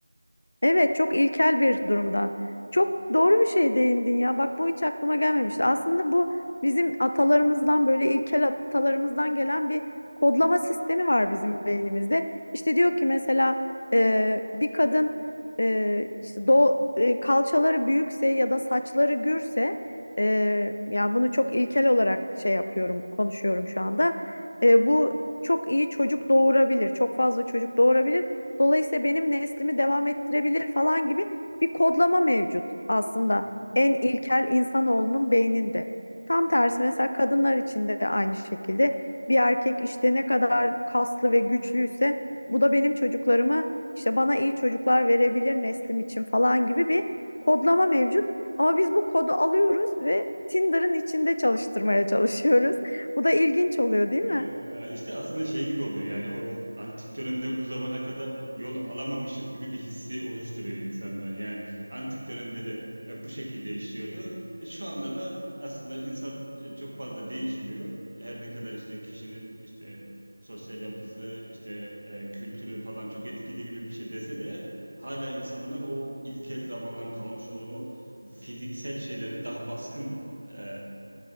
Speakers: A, on the left; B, on the right.
A: Evet çok ilkel bir durumdan. Çok doğru bir şey değindin ya. Bak bu hiç aklıma gelmemişti. Aslında bu bizim atalarımızdan böyle ilkel atalarımızdan gelen bir kodlama sistemi var bizim beynimizde. İşte diyor ki mesela e, bir kadın e, işte do e, kalçaları büyükse ya da saçları gürse e, yani bunu çok ilkel olarak şey yapıyorum konuşuyorum şu anda. E, bu çok iyi çocuk doğurabilir. Çok fazla çocuk doğurabilir. Dolayısıyla benim neslimi devam ettirebilir falan gibi bir kodlama mevcut aslında
B: Evet.
A: en ilkel insanoğlunun beyninde. Tam tersi mesela kadınlar için de aynı şekilde bir erkek işte ne kadar kaslı ve güçlüyse bu da benim çocuklarımı işte bana iyi çocuklar verebilir neslim için falan gibi bir kodlama mevcut. Ama biz bu kodu alıyoruz ve Tinder'ın içinde çalıştırmaya çalışıyoruz. <laughs> Bu da ilginç oluyor, değil mi?
B: Ee, işte aslında şey gibi oluyor yani o antik dönemden bu zamana kadar yol alamamışız gibi bir hissi oluşturuyor insandan. Yani antik dönemde de e, bu şekilde işliyordu. E, şu anda da aslında insan e, çok fazla değişmiyor. Her ne kadar işte kişinin işte sosyal yapısı işte e, kültürü falan çok etkili gibi bir şey dese de hala insanlar o ilkel zamandan kalmış olan o fiziksel şeyleri daha baskın e,